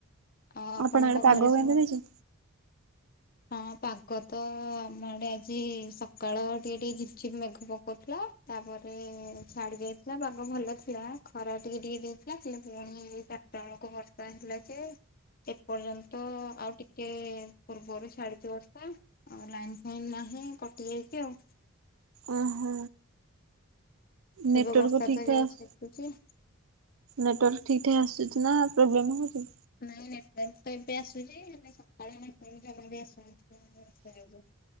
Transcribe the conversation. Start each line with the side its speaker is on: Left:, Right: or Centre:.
Left: ଆଉ ଆପଣଙ୍କ
Right: ଆପଣ ଆଡେ ପାଗ
Left: ଘରେ ସମସ୍ତେ
Right: କେମିତି ଦେଇଚି।
Left: ହଁ ପାଗ ତ ଆମ ଆଡେ ଆଜି ସକାଳ ଟିକେ ଟିକେ ଝିପ୍ ଝିପ୍ ମେଘ ପକଉଥିଲା। ତାପରେ ଛାଡି ଯାଇଥିଲା ପାଗ ଭଲ ଥିଲା ଖରା ଟିକେ ଟିକେ ଦେଇଥିଲା ହେଲେ ପୁଣି ହେଇ। ଚାରିଟା ବେଳକୁ ବର୍ଷା ହେଲା ଯେ ଏ ପର୍ଯ୍ୟନ୍ତ ଆଉ ଟିକେ ପୂର୍ବରୁ। ଛାଡିଚି ବର୍ଷା ଆଉ ଲାଇନ ଫାଇନ୍ ନାହିଁ କଟି ଯାଇଚି ଆଉ।
Right: ଓହୋ। ନେଟୱାର୍କ
Left: ଏବେ ବର୍ଷା
Right: ଠିକ
Left: ତ
Right: ଠାକ୍
Left: ଇଆଡେ
Right: ଆସୁ
Left: ଛେଚୁଚି।
Right: ନେଟୱାର୍କ ଠିକ୍ ଠାକ ଆସୁଛି ନା ପ୍ରୋବ୍ଲେମ ହଉଛି।
Left: ନାଇଁ ନେଟୱାର୍କ ତ ଏବେ ଆସୁଚି ହେଲେ ନେଟୱର୍କ ସକାଳେ ନେଟ୍ୱାର୍କ ଜମାବି ଆସୁ ନଥିଲା। <inaudible>